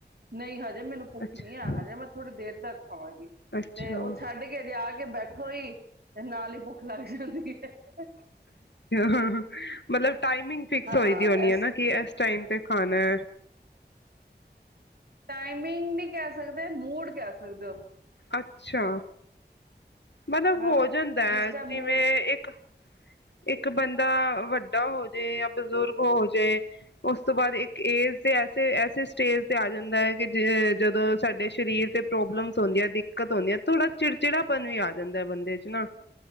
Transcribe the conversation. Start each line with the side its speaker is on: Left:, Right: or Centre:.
Right: ਨਹੀਂ ਹ ਜੇ ਮੈਨੂੰ ਭੱਖੀ
Left: ਅੱਛਾ
Right: ਆ ਹਜੇ ਮੈਂ ਥੋੜ੍ਹੀ ਦੇਰ <unintelligible> ਖਾਵਾਂਗੀ
Left: ਅੱਛਾ
Right: ਤੇ ਉਹ ਛੱਡ ਕੇ ਲਿਆ ਕੇ ਬੈਠੋ ਹੀ ਤੇ ਨਾਲ ਹੀ ਭੁੱਖ ਲੱਗ ਜਾਂਦੀ ਐ।
Left: ਹਾਂ-ਹਾਂ, ਮਤਲਬ ਟਾਈਮਿੰਗ ਫਿਕਸ
Right: ਹਾਂ
Left: ਹੋਈ ਦੀ ਹੋਣੀ
Right: ਇਸ
Left: ਏਨਾ ਕਿ ਐਸ ਟਾਈਮ ਤੇ ਖਾਣੈ।
Right: ਟਾਈਮਿੰਗ ਨੀ ਕੈ ਸਕਦੇ, ਮੂਡ ਕੈ ਸਕ ਦੇ ਔ।
Left: ਅੱਛਾ ਮਤਲਬ
Right: ਹਾਂ
Left: ਹੋ ਜਾਂਦਾ,
Right: ਜਿਸ ਟਾਈਮ
Left: ਜਿਵੇਂ
Right: ਮੂਡ
Left: ਇੱਕ ਇੱਕ ਬੰਦਾ ਵੱਡਾ ਹੋ ਜੇ ਯਾ ਬਜ਼ੁਰਗ ਹੋ ਜੇ ਉਸ ਤੋਂ ਬਾਦ ਇੱਕ ਏਜ ਤੇ ਐਸੇ ਐਸੇ ਸਟੇਜ ਤੇ ਆ ਜਾਂਦਾ, ਕਿ ਜ ਜਦੋਂ ਸਾਡੇ ਸਰੀਰ ਤੇ ਪ੍ਰੋਬਲਮਸ ਹੁੰਦੀਐ ਦਿੱਕਤ ਹੋਦੀ ਐ, ਥੋੜ੍ਹਾ ਚਿੜਚਿੜਾਪਨ ਵੀ ਆ ਜਾਂਦਾ ਬੰਦੇ ਚ ਨਾ।